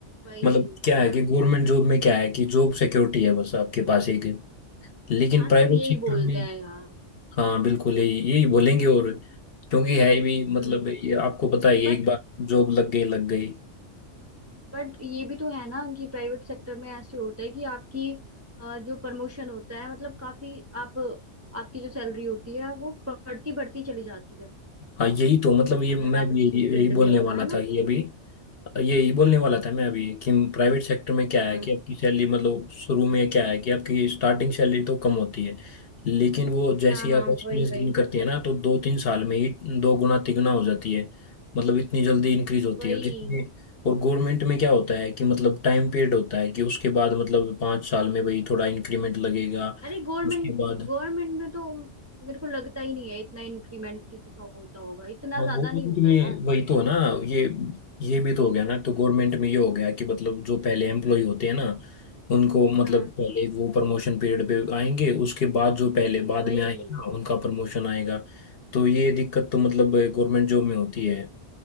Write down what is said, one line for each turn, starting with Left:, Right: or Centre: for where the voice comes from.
Right: वही
Left: मतलब क्या
Right: यार
Left: है कि गवर्नमेंट जॉब में क्या है कि जॉब सिक्योरिटी है बस आपके पास एक लेकिन
Right: हाँ
Left: प्राइवेट
Right: सब यही
Left: सेक्टर
Right: बोलते
Left: में
Right: हैं यार
Left: हाँ बिल्कुल यही यही बोलेंगे और क्योंकि है भी मतलब
Right: हम्म
Left: ये आपको पता ही है
Right: बट
Left: एक बार जॉब लग गई लग गई
Right: बट ये भी तो है ना कि प्राइवेट सेक्टर में ऐसे होता है कि आपकी अ, जो प्रमोशन होता है मतलब काफी आप आपकी जो सैलरी होती है वो बढ़ती बढ़ती चली जाती है
Left: हाँ यही तो मतलब ये
Right: अगर
Left: मैं
Right: आप
Left: भी
Right: अच्छी
Left: यही
Right: फील्ड
Left: यही बोलने
Right: में हो
Left: वाला
Right: ना है ना
Left: था कि अभी यही बोलने वाला था मैं अभी कि प्राइवेट सेक्टर में क्या
Right: हाँ
Left: है कि आपकी सैलरी मतलब शुरू में क्या है कि आपकी स्टार्टिंग सैलरी तो कम होती है लेकिन वो जैसे
Right: हाँ
Left: ही
Right: हाँ
Left: आप एक्सपीरियंस
Right: वही वही
Left: गेन करते हैं ना तो दो तीन साल में ही दो गुना तिगुना हो जाती है मतलब इतनी जल्दी इंक्रीज होती
Right: वही
Left: है जितनी और गवर्नमेंट में क्या होता है कि मतलब टाइम पीरियड होता है कि उसके बाद मतलब पाँच साल में भाई थोड़ा इंक्रीमेंट लगेगा
Right: अरे गवर्नमेंट
Left: उसके बाद
Right: गवर्नमेंट में तो मेरे को लगता ही नहीं है इतना इंक्रीमेंट किसी का होता होगा इतना
Left: हाँ
Right: ज्यादा
Left: गवर्नमेंट
Right: नहीं होता
Left: में
Right: यार
Left: वही तो है ना ये ये भी तो हो गया ना तो गवर्नमेंट में ये हो गया कि मतलब जो पहले एम्प्लॉय होते हैं ना उनको मतलब
Right: हाँ
Left: पहले वो प्रमोशन पीरियड पे आएंगे उसके बाद जो पहले बाद
Right: वही
Left: में आए हैं ना उनका प्रमोशन आएगा तो ये दिक्कत तो मतलब गवर्नमेंट जॉब में होती है